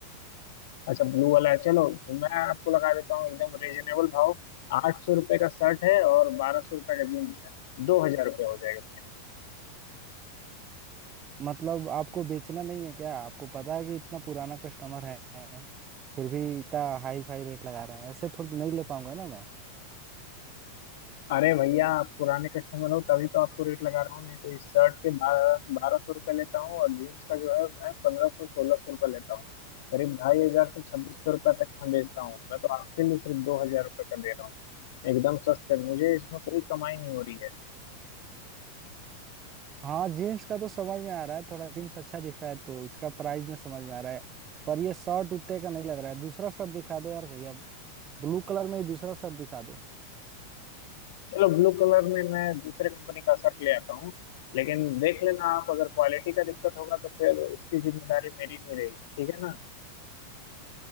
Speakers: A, on the left (about 55°); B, on the right (about 25°).
A: अच्छा ब्लू वाला है चलो तो मैं आपको लगा देता हूँ एकदम रीजनेबल भाव आठ सौ रुपये का शर्ट है और बारह सौ रुपये का जीन्स है दो हजार रुपये हो जाएगा
B: मतलब आपको बेचना नहीं है क्या आपको पता है कि इतना पुराना कस्टमर है फिर भी इतना हाई फाई रेट लगा रहे हैं ऐसे थोड़ी नहीं ले पाऊंगा ना मैं
A: अरे भैया आप पुराने कस्टमर हो तभी तो आपको रेट लगा रहा हूँ नहीं तो इस शर्ट के बारह बारह सौ रुपये लेता हूँ और जीन्स का जो है मैं पंद्रह सौ सोलह सौ रुपये लेता हूँ करीब ढाई हजार से छब्बीस सौ रुपये तक मैं बेचता हूँ मैं तो आपके लिए सिर्फ दो हजार रुपये का दे रहा हूँ एकदम सस्ते मुझे इसमें कोई कमाई नहीं हो रही है
B: हाँ जीन्स का तो समझ में आ रहा है थोड़ा जीन्स अच्छा दिख रहा है तो इसका प्राइस में समझ में आ रहा है पर ये शर्ट उतने का नहीं लग रहा है दूसरा शर्ट दिखा दो यार भैया ब्लू कलर में ही दूसरा शर्ट दिखा दो
A: चलो ब्लू कलर में मैं दूसरे कंपनी का शर्ट ले आता हूँ लेकिन देख लेना आप अगर क्वालिटी का दिक्कत होगा तो फिर उसकी जिम्मेदारी मेरी नहीं रहेगी ठीक है ना